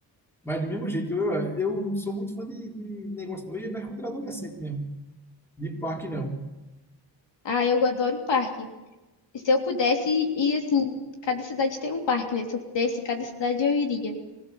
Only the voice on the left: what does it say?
Ah, eu adoro o parque. Se eu pudesse ir, assim, cada cidade tem um parque, né? Se eu pudesse, cada cidade eu iria.